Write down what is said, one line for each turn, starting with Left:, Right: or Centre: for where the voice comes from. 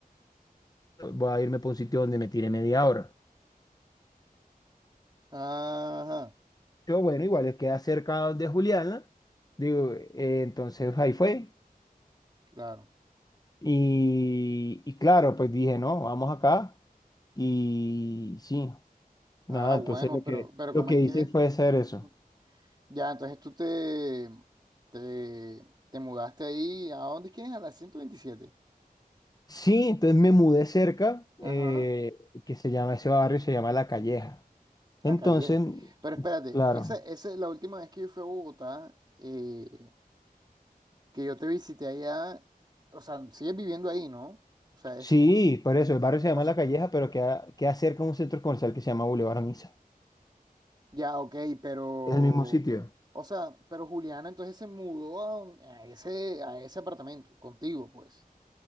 Left: de- voy a irme para un sitio donde me tire media hora.
Right: ajá,
Left: Yo, bueno, igual es queda cerca de Juliana, digo, eh, entonces ahí fue.
Right: claro.
Left: Y, y claro, pues dije, no, vamos acá. Y sí, nada,
Right: Ah, bueno,
Left: entonces lo
Right: pero,
Left: que,
Right: pero
Left: lo
Right: ¿cómo
Left: que
Right: es que?
Left: hice fue hacer eso.
Right: Ujú. Ya, entonces tú te, te, te mudaste ahí, ¿a dónde es que es? A la 127.
Left: Sí, entonces me mudé cerca,
Right: Ajá,
Left: eh, que se llama, ese barrio se llama La Calleja. Entonces,
Right: La calleja. Pero espérate,
Left: claro,
Right: esa, esa es la última vez que yo fui a Bogotá, eh, que yo te visité allá. O sea, sigues viviendo ahí, ¿no? O sea,
Left: sí,
Right: es.
Left: por eso, el barrio se llama
Right: O sea,
Left: La Calleja, pero queda, queda cerca de un centro comercial que se llama Boulevard Niza.
Right: ya, ok, pero.
Left: ¿Es el mismo sitio?
Right: O sea, pero Juliana entonces se mudó a, un- a ese, a ese apartamento, contigo, pues.